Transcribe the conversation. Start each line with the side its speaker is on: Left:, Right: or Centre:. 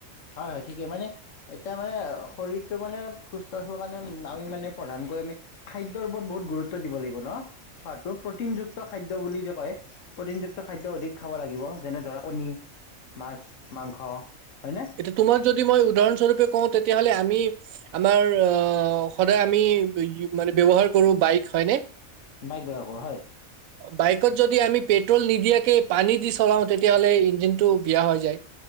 Left: হয় হয় ঠিকে মানে এতিয়া মানে শৰীৰটো মানে সুস্থ থব কাৰণে আমি মানে প্ৰধানকৈ আমি খাদ্যৰ ওপৰত বহুত গুৰুত্ব দিব লাগিব ন, খোৱাটো প্ৰটিন যুক্ত খাদ্য বুলি যে কয় প্ৰটিন যুক্ত খাদ্য অধিক খাব লাগিব যেনে ধৰা কণী মাছ মাংস হয়নে
Right: এতিয়া তোমাক যদি মই উদাহৰণস্বৰূপে কওঁ তেতিয়া তেতিয়াহ'লে আমি আমাৰ অ সদায় আমি মানে ব্যৱহাৰ কৰো বাইক হয়নে
Left: বাইক ব্যৱহাৰ কৰোঁ হয়।
Right: বাইকত যদি আমি পেট্ৰল নিদিয়াকে পানী দি চলাও তেতিয়াহ'লে ইঞ্জিনতটো বিয়া হৈ যায়,